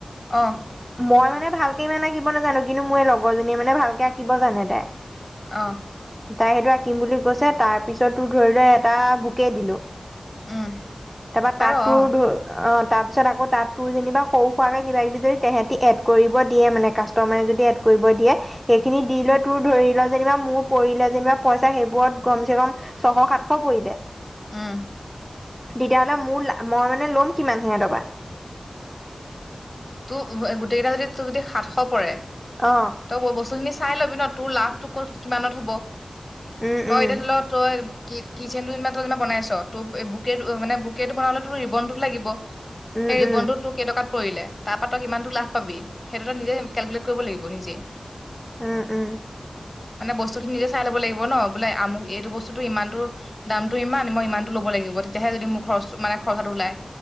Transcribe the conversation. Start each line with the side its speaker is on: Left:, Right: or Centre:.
Left: অঁ।
Centre: মই মানে ভালকে ইমান আঁকিব নাজানো কিন্তু মোৰ এই লগৰজনীয়ে মানে ভালকে আঁকিব জানে তাই
Left: অ
Centre: তাই সেইটো আঁকিম বুলি কৈছে তাৰ পিছত তো ধৰি লোৱা এটা বুকে দিলো।
Left: উম
Centre: তাৰপা
Left: পাৰ
Centre: তাতো
Left: অ
Centre: ধ অ', তাৰপিছত আকৌ তাত তোৰ যেনিবা সৰু খোৱাকৈ কিবা কিবি যদি তেহাঁতি এড কৰিব দিয়ে মানে কাষ্টমাৰে যদি এড কৰি কৰিব দিয়ে সেইখিনি দি লৈ টোৰ ধৰি ল। যেনিবা মোৰ পৰিলে যেনিবা পইচা সেইবোৰত কম চে কম ছশ সাতশ পৰিলে।
Left: উম
Centre: তেতিয়াহ'লে মোৰ মই মানে ল'ম কিমান হিনে তবা
Left: তো গোটেই কেইটা যদি যদি সাতশ পৰে
Centre: অ
Left: তই বস্তুখিনি চাই লবি ন তোৰ লাভটো কত কিমানত হব
Centre: উম
Left: তই
Centre: উম
Left: এতিয়া ধৰি ল তই কি - কিচেন ইমান তমান বনাইছ তোক বুকে মানে বু কেইটো বনালে তোৰ ৰিবনতো লাগিব
Centre: উম
Left: সেই ৰিবনতো
Centre: উম
Left: তোৰ কেইটকাত পৰিলে তাৰপা তই কিমানতো লাভ পাবি সেইটো এটা নিজে কেলকুলট কৰিব লাগিব নিজে
Centre: উম উম
Left: মানে বস্তু খিনি নিজে। চাই ল'ব লাগিব ন আমু বোলে এইটো বস্তুতটো ইমানটো দাম টো ইমান মই ইমান ল'ব লাগিব তেতিয়াহে যদি মুখৰ খচ মানে খৰচাটো ওলাই